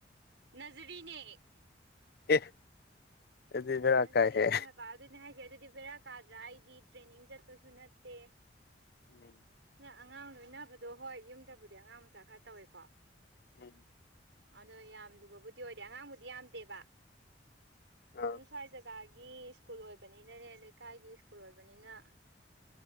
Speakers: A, on the right (about 85°); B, on the left (about 60°).
A: ꯅꯔꯖꯔꯤꯅꯦ꯫
B: ꯑꯦ꯫ ꯑꯗꯨꯗꯤ ꯕꯦꯔꯥ
A: ꯅꯖꯔꯤꯅꯦ
B: ꯀꯥꯏꯍꯦ
A: ꯍꯥꯏꯕ ꯑꯗꯨꯅꯦ ꯍꯥꯏꯁꯦ ꯑꯗꯨꯗꯤ ꯕꯦꯔꯥ ꯀꯥꯗ꯭ꯔꯥ ꯑꯩꯗꯤ ꯇ꯭ꯔꯦꯅꯤꯡ ꯆꯠꯄꯁꯨ ꯅꯠꯇꯦ꯫
B: ꯎꯝ
A: ꯅ ꯑꯉꯥꯡ ꯂꯣꯏꯅꯕꯗꯣ ꯍꯣꯏ ꯌꯨꯝꯗꯕꯨꯗꯤ ꯑꯉꯥꯡ ꯃꯆꯥ ꯈꯔ ꯇꯧꯋꯦꯀꯣ꯫
B: ꯎꯝ
A: ꯑꯗꯣ ꯌꯥꯝ ꯂꯨꯕꯕꯨꯗꯤ ꯑꯣꯏꯗꯦ ꯑꯉꯥꯡꯕꯨꯗꯤ ꯌꯥꯝꯗꯦꯕ
B: ꯑꯥ
A: ꯑꯗꯨꯝ ꯁ꯭ꯋꯥꯏ ꯖꯒꯥꯒꯤ ꯁ꯭ꯀꯨꯜ ꯑꯣꯏꯕꯅꯤꯅꯅꯦ ꯂꯩꯀꯥꯏꯒꯤ ꯁ꯭ꯀꯨꯜ ꯑꯣꯏꯕꯅꯤꯅ